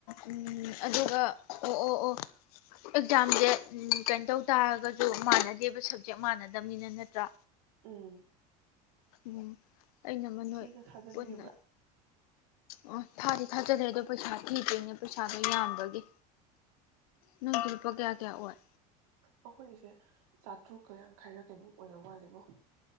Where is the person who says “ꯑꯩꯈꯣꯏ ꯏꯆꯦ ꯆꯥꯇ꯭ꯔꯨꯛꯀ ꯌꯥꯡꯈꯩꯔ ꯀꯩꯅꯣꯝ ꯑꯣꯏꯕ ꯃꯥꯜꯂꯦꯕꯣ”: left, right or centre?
Right